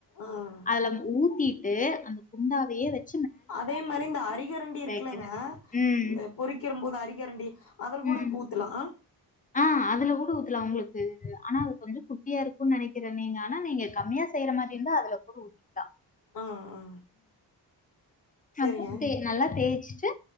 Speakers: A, on the left; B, on the left.
A: ஆ
B: அதுல ஊத்திட்டு அந்த குண்டாவேயே வச்சி
A: அதே மாரி இந்த அரிகரண்டி இருக்குல்லங்க
B: தேய்க்கணும் ம்
A: இந்தப் பொறிக்கற போது அரிக்கரண்டி அதுல கூட
B: ம்
A: ஊத்தலா
B: ஆ அதுல கூட ஊத்துல உங்களுக்கு ஆனா அது கொஞ்சம் குட்டியா இருக்கும்ன்னு நெனைக்கறேன் நீங்க ஆனா நீங்க கம்மியா செய்யற மாதிரி இருந்தா அதுல கூட ஊத்திக்கலாம்
A: ஆ ஆ செரிங்க
B: அப்ப நல்லா தேய்ச்சிட்டு